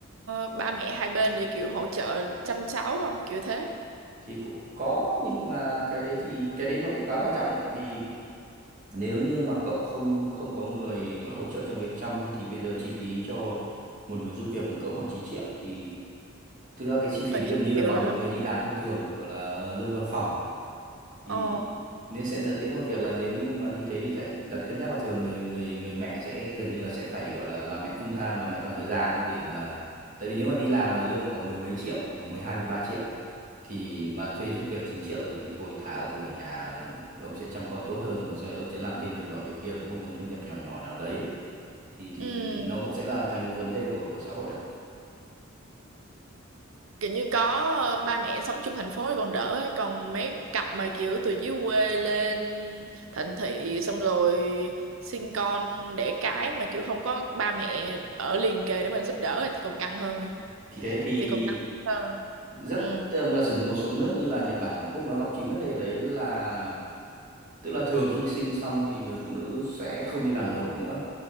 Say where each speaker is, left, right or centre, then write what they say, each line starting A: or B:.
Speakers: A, on the right; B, on the right.
A: ờ, ba mẹ hai bên để kiểu hỗ trợ chăm cháu không? Kiểu thế.
B: thì cũng có nhưng mà cái đấy thì cái đấy nó cũng khá quan trọng đấy vì nếu như mà cậu không không có người gọi là hỗ trợ trong việc chăm nhé thì bây giờ chi phí cho một người giúp việc nó cỡ khoảng chín triệu thì thực ra cái chi phí
A: Ừ,
B: đấy gần như là
A: kiểu
B: bằng
A: là
B: một
A: nó.
B: người đi làm thông thường gọi là lương văn phòng thì
A: Ồ.
B: nên sẽ dẫn đến một việc là nếu như mà như thế thì lại đặt cân nhắc là thường người người người mẹ sẽ gần như là sẽ phải gọi là làm mẹ full time làm mẹ toàn thời gian ấy để mà tại vì nếu mà đi làm mà lương khoảng mười mấy triệu khoảng mười hai mười ba triệu thì mà thuê giúp việc 9 triệu rồi thì thôi thả ông ở nhà ờ, ông sẽ chăm con tốt hơn mà sau đấy ông sẽ làm thêm việc nọ việc kia có một nguồn thu nhập nhỏ nhỏ nào đấy thì thì
A: ừ
B: nó cũng sẽ là thành một vấn đề của của xã hội đấy
A: Kiểu như có ờ, ba mẹ sống chung thành phố thì còn đỡ ấy. Còn mấy cặp mà kiểu từ dưới quê lên thành thị xong rồi sinh con đẻ cái mà kiểu không có ba mẹ ở liền kề để mà giúp đỡ ấy, thì còn căng hơn nữa.
B: thì thế thì
A: Thì còn căng hơn.
B: rất
A: ừ
B: tức là sử một số nước như là Nhật Bản Hàn Quốc nó gặp chính vấn đề đấy là tức là thường khi sinh xong thì người phụ nữ sẽ không đi làm nổi nữa